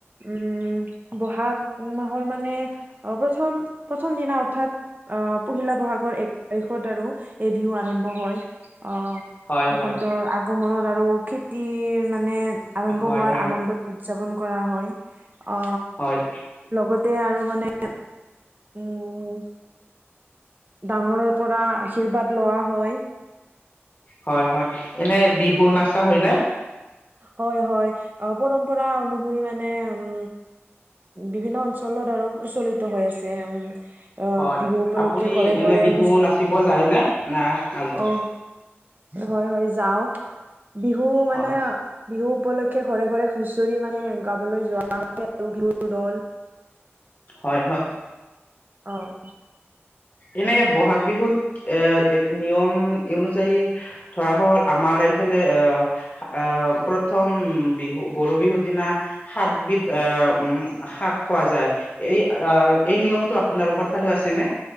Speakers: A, on the right; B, on the left.
A: উম, ব'হাগ মাহৰ মানে, অ, প্ৰথম-প্ৰথম দিনা অৰ্থাৎ অ, পহিলা বহাগত এক তাৰিখত আৰু এই বিহু আৰম্ভ হয়। অ,
B: হয়
A: বসন্তৰ
B: হয়
A: আগমনত আৰু খেতিৰ মানে আৰম্ভ
B: হয়
A: হোৱাৰ
B: হয়
A: আনন্দত উদযাপন কৰা হয় অ,
B: হয়
A: লগত তে আৰু মানে উম, ডাঙৰৰ পৰা আশীৰ্বাদ লোৱা হয়।
B: হয় হয়, এনে বিহু নাচা হয় নে?
A: হয় হয়, পৰম্পৰা অনুসৰি মানে উম, বিভিন্ন অঞ্চলত আৰু প্ৰচলিত হৈ আছে, উম, অ,
B: হয়
A: বিহু উপলক্ষে
B: আপুনি
A: ঘৰে
B: এনে
A: ঘৰে
B: বিহু
A: হুচ,
B: নাচিব যায়নে না নাযায়
A: অ, হয়- হয় যাও, বিহু মানে
B: হয়
A: বিহু উপলক্ষে ঘৰে- ঘৰে হুচৰি মানে গাবলৈ যোৱা হয় আৰু বিহুৰ দল।
B: হয় হ।
A: অ',
B: এনে ব'হাগ বিহুত এ নিয়ম অনুযায়ী ধৰা হ'ল আমাৰ এফালে এ-এ প্ৰথম বিহু-গৰু বিহুৰ দিনা সাতবিধ এ আহ উম, শাক খোৱা যায়। এই -এই নিয়মটো আপোনালোকৰ ও ফালে আছেনে?